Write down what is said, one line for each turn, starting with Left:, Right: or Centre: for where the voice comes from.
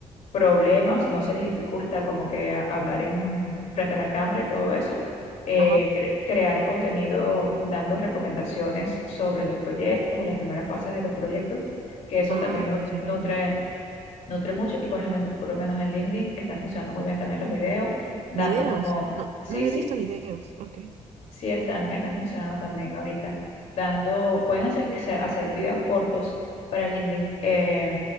Left: problemas, no se les dificulta como que a- hablar en, frente a la cámara y todo eso, eh,
Right: Ajá.
Left: cre- crear contenido dando recomendaciones sobre los proyectos o las primeras fases de los proyectos, que eso
Right: Ah,
Left: también nu-
Right: ya,
Left: nutre,
Right: ya, ya.
Left: nutre mucho y por, lo men- por lo menos en LinkedIn está funcionando muy bien también los videos, dando
Right: Videos.
Left: como,
Right: No,
Left: sí,
Right: no había
Left: sí
Right: visto videos. Ok.
Left: Sí, están, están funcionando también ahorita, dando, pueden hacer, que se- hacer videos cortos para LinkedIn, eh,